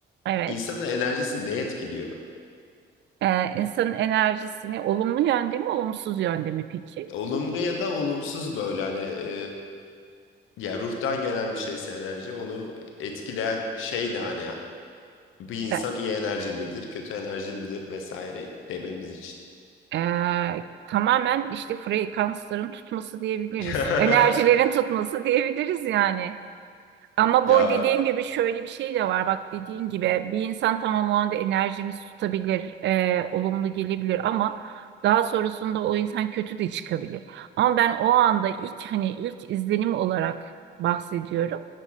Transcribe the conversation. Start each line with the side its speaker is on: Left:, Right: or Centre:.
Right: evet
Left: insanın enerjisi ne etkiliyor?
Right: E, insanın enerjisini olumlu yönde mi olumsuz yönde mi peki?
Left: Olumlu ya da olumsuz böyle hani e, ya ruhtan gelen bir şeyse enerji onu etkileyen şey ne hani ya? bir insan
Right: E,
Left: iyi enerjilidir, kötü enerjilidir vesaire dememiz için.
Right: e, tamamen işte frekansların tutması diyebiliriz
Left: <laughs>
Right: enerjilerin tutması diyebiliriz yani. Ama
Left: Ya
Right: bu dediğim gibi şöyle bir şey de var. Bak dediğin gibi bir insan tamam o anda enerjimiz tutabilir, e, olumlu gelebilir ama daha sonrasında o insan kötü de çıkabilir. Ama ben o anda ilk hani ilk izlenim olarak bahsediyorum.